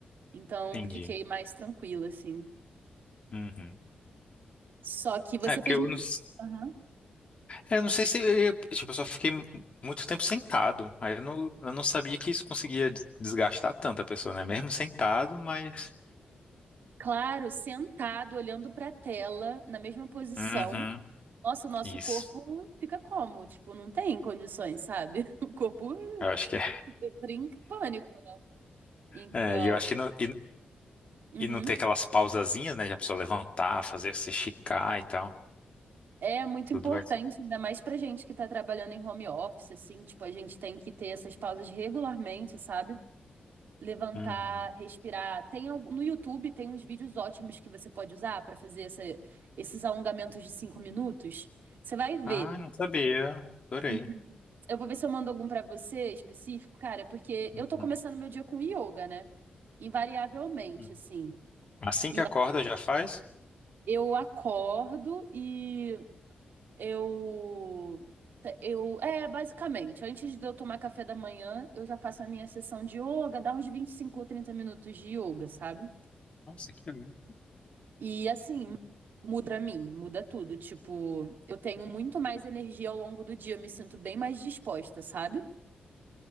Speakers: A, on the right; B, on the left.
A: Então,
B: entendi.
A: fiquei mais tranquila, assim.
B: Uhum.
A: Só que você
B: É porque
A: fez
B: eu
A: muito.
B: não, s-
A: Aham.
B: é, eu não sei se eu, tipo, eu só fiquei mu- muito tempo sentado. Aí eu não, eu não sabia que isso conseguia des- desgastar tanto a pessoa, né? Mesmo sentado, mas.
A: Claro, sentado, olhando para a tela, na mesma posição.
B: Uhum,
A: Nossa, o nosso
B: isso.
A: corpo fica como? Tipo, não tem condições, sabe? <laughs> O corpo
B: Eu acho que é.
A: entra em pânico. né? Então,
B: É, e eu acho que não,
A: uhum.
B: E não ter aquelas pausazinhas, né? Já precisa levantar, fazer se esticar e tal.
A: É muito
B: Tudo
A: importante,
B: vai só.
A: ainda mais pra gente que tá trabalhando em home office, assim, tipo, a gente tem que ter essas pausas regularmente, sabe? Levantar,
B: Uhum.
A: respirar. Tem al- no YouTube tem uns vídeos ótimos que você pode usar pra fazer essa- esses alongamentos de cinco minutos. Você vai ver.
B: Ah, não sabia. Adorei.
A: Uhum. Eu vou ver se eu mando algum pra você específico, cara, porque
B: Uhum.
A: eu tô começando meu dia com yoga, né? Invariavelmente,
B: Uhum.
A: assim.
B: Assim
A: E
B: que acorda, já faz?
A: eu acordo e eu eu é basicamente, antes de eu tomar café da manhã, eu já passo a minha sessão de yoga, dá uns 25 ou 30 minutos de yoga, sabe?
B: Nossa, que bom.
A: E assim, muda a mim, muda tudo, tipo, eu tenho muito mais energia ao longo do dia, eu me sinto bem mais disposta, sabe?